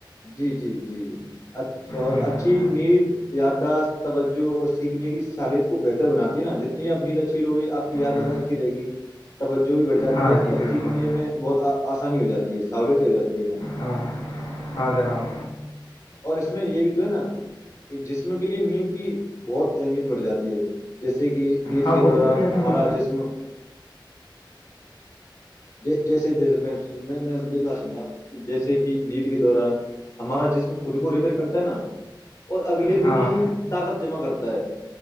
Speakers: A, on the left; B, on the left.
A: جی جی جی جی اچھا اور
B: ہوں
A: اچھی نید یاداشت توجہ اور سیکھنے کی صالحیت کو بہتر بناتی ہے نا جتنی ا نمید اچھی لوگی آپ کی یاداشت
B: جی
A: اچھی رہے گی توجہ بھی بڑ جاتی
B: ہاں
A: ہے
B: جی
A: اور
B: بالکل
A: سیکھنے میں بہت آسان انی ہواتی ہے سہولت ہو جاتی جے تھاا
B: ہاں ہاں جناب
A: اور اس میں یہ بھی تو ہے نا کہ جسم کے لیے نیم کی بہت اہمیت بڑھ جاتی ہے جیسے ج کی نیند
B: ہاں
A: کے
B: بہت
A: دوران
B: صحیح ہے دیکھو
A: ہمارا جسم <inaudible> جی جیسے جیسے میں میری بات سجے آپ کہ جیسے کہ نیند کے دوران ہمارا جسم خود کو ریپئر کرتا ہے نا اور اگلے دن
B: ہاں
A: ہی طاقت جمع کرتا ہے